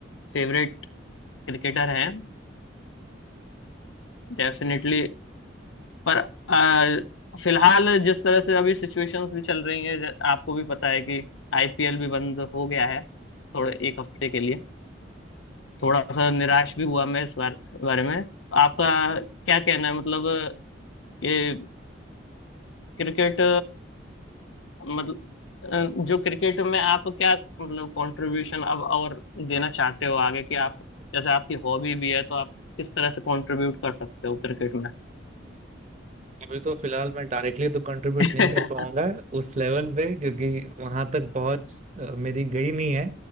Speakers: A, on the left; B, on the right.
A: फेवरेट क्रिकेटर हैं डेफिनेटली पर अ, फिलहाल जिस तरह से अभी सिचुएशंस भी चल रही हैं ज- आपको भी पता है कि आईपीएल भी बंद हो गया है थोड़े एक हफ्ते के लिए थोड़ा सा निराश भी हुआ मैं इस बार बारे में आपका क्या कहना है मतलब ये क्रिकेट मतलब अ, जो क्रिकेट में आप क्या मतलब कंट्रीब्यूशन अब और देना चाहते हो आगे कि आप जैसे आपकी हॉबी भी है तो आप किस तरह से कंट्रीब्यूट कर सकते हो क्रिकेट में
B: अभी तो फिलहाल मैं डायरेक्टली तो कंट्रीब्यूट
A: <laughs>
B: नहीं कर पाऊंगा उस लेवल पे क्योंकि वहां तक पहुंच अ, मेरी गई नहीं है